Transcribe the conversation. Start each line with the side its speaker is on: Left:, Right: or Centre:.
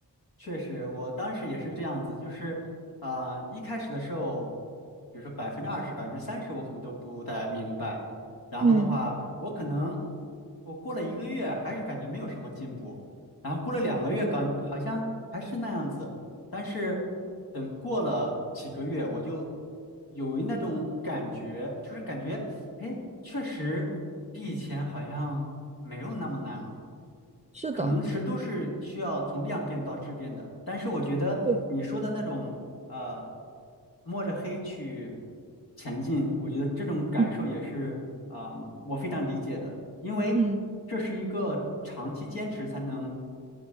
Left: 确实，我当时也是这样子，就是，呃，一开始的时候，比如说百分之二十、百分之三十，我可能都不太明白。然后的话，
Right: 嗯，
Left: 我可能我过了一个月，还是感觉没有什么进步。然后过了两个月，感好像还是那样子。但是等过了几个月，我就有那种感觉，就是感觉，哎，确实比以前好像没有那么难了。
Right: 是的，
Left: 可能是都是需要从量变到质变的，但是我觉得你说的那种呃，
Right: 对，
Left: 摸着黑去前进，我觉得这种感受也是啊、
Right: 嗯，
Left: 呃我非常理解的，因为这是一个长期坚持才能
Right: 嗯，